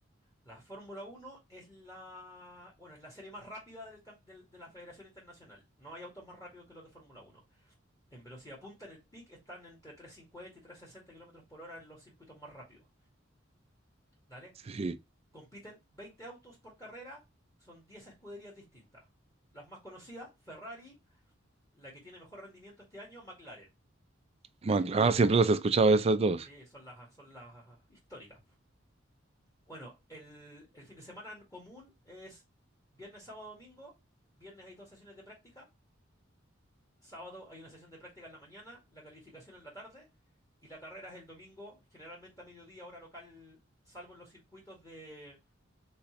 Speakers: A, on the left (about 15°); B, on the right (about 30°).
A: la Fórmula Uno es la, bueno, es la serie más rápida del cam- del- de la Federación Internacional. No hay autos más rápidos que los de Fórmula Uno. En velocidad punta, en el peak, están entre 350 y 360 kilómetros por hora en los circuitos más rápidos. Dale,
B: Sí.
A: compiten 20 autos por carrera, son 10 escuderías distintas. Las más conocidas, Ferrari, la que tiene mejor rendimiento este año, McLaren.
B: Mag- Ah, siempre los he escuchado esas dos.
A: Sí, son las, son las históricas. Bueno, el, el fin de semana común es viernes, sábado, domingo. Viernes hay dos sesiones de práctica. Sábado hay una sesión de práctica en la mañana, la calificación en la tarde y la carrera es el domingo, generalmente a mediodía, hora local, salvo en los circuitos de,